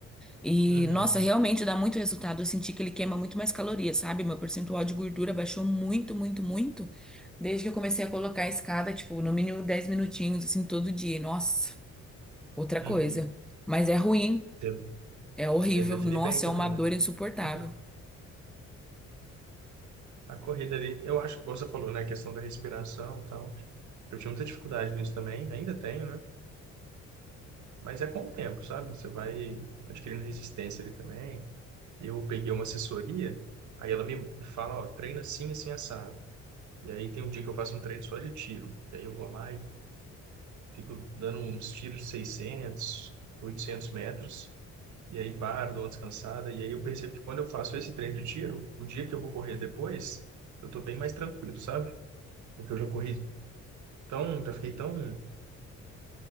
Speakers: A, in the centre; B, on the right.
A: E,
B: Uhum,
A: nossa, realmente dá muito resultado. Eu senti que ele queima muito mais calorias, sabe? Meu percentual de gordura baixou muito, muito, muito. Desde que eu comecei a colocar a escada, tipo, no mínimo 10 minutinhos, assim, todo dia. Nossa, outra coisa.
B: uhum.
A: Mas é ruim.
B: Deve,
A: É horrível.
B: e deve definir
A: Nossa,
B: bem também,
A: é uma dor
B: né?
A: insuportável.
B: <laughs> A corrida ali, eu acho que você falou, né? A questão da respiração e tal. Eu tinha muita dificuldade nisso também, ainda tenho, né? Mas é com o tempo, sabe? Você vai adquirindo resistência ali também. Eu peguei uma assessoria, aí ela me fala, ó, treina assim, assim, assado. E aí tem um dia que eu faço um treino só de tiro. E aí eu vou lá e fico dando uns tiros de 600, 800 metros. E aí paro, dou uma descansada. E aí eu percebo que quando eu faço esse treino de tiro, o dia que eu vou correr depois, eu tô bem mais tranquilo, sabe? Porque eu já corri tão, já fiquei tão